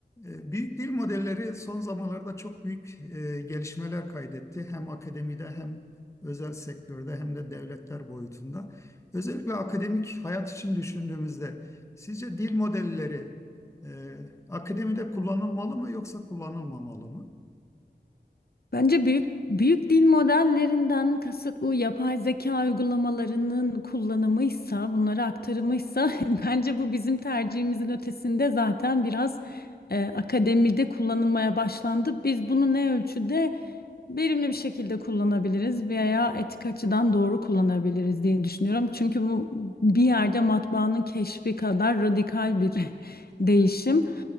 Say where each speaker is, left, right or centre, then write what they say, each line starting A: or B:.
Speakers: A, on the left; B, on the left.
A: E, Büyük dil modelleri son zamanlarda çok büyük e, gelişmeler kaydetti. Hem akademide hem özel sektörde hem de devletler boyutunda. Özellikle akademik hayat için düşündüğümüzde sizce dil modelleri e, akademide kullanılmalı mı yoksa kullanılmamalı mı?
B: Bence büyük büyük dil modellerinden kasıt bu yapay zeka uygulamalarının kullanımıysa, bunlara aktarımıysa <laughs> bence bu bizim tercihimizin ötesinde zaten biraz e, akademide kullanılmaya başlandı. Biz bunu ne ölçüde verimli bir şekilde kullanabiliriz veya etik açıdan doğru kullanabiliriz diye düşünüyorum. Çünkü bu bir yerde matbaanın keşfi kadar radikal bir <laughs> değişim.